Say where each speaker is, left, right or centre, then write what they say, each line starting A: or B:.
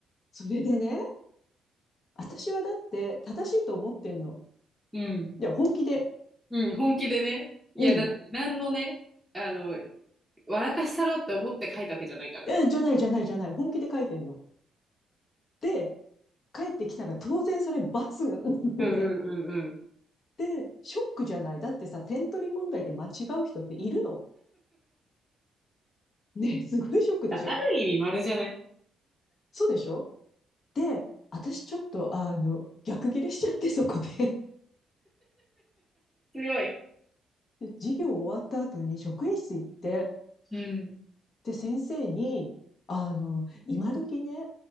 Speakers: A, on the left; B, in the centre.
A: それでね、私はだって正しいと思ってんの。
B: うん。
A: いや、本気で。
B: うん、本気でね。いや、
A: うん。
B: だって何のね、あの、笑かしたろって思って書いたわけじゃないからね。
A: え、じゃないじゃないじゃない。本気で書いてんの。で、帰ってきたら当然それ罰が、<laughs>
B: うんうんうんうん。
A: ね。で、ショックじゃない。だってさ、点取り問題で間違う人っているのねえ、すごいショックでしょ
B: ある意味丸じゃない
A: そうでしょで、私ちょっと、あの、逆ギレしちゃって、<laughs> そこで。
B: 強い。
A: で授業終わった後に職員室行って、
B: うん。
A: で、先生に、あの、今時ね、